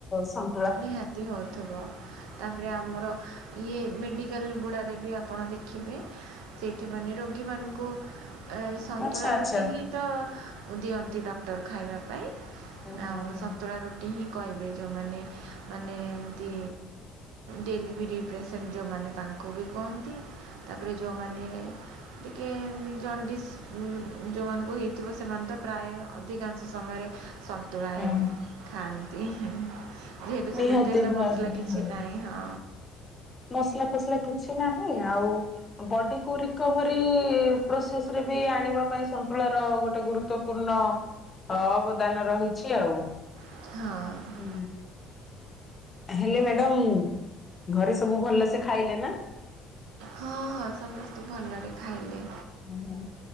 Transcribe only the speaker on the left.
ସ
ହଁ
ହଁ ହଁ।
ଆଚ୍ଛା ଆଚ୍ଛା।
ହଁ ହଁ
ହଁ।
ହୁଁ
ହୁଁ।
ନିହାତି
ଭାବରେ
ହଁ
ମସଲା ଫସଲା କିଛି ନାହିଁ ଆଉ ବଡି କୁ ରିକଭରି ପ୍ରସେସରେ ବି ଆଣିବା ପାଇଁ ସନ୍ତୁଳା ର ଗୋଟେ ଗୁରୁତ୍ୱପୂର୍ଣ୍ଣ ଅବଦାନ ରହିଛି ଆଉ।
ହଁ ହେଲେ ମ୍ୟାଡାମ ଘରେ ସବୁ ଭଲସେ ଖାଇଲେ ନା?
ଓହୋ।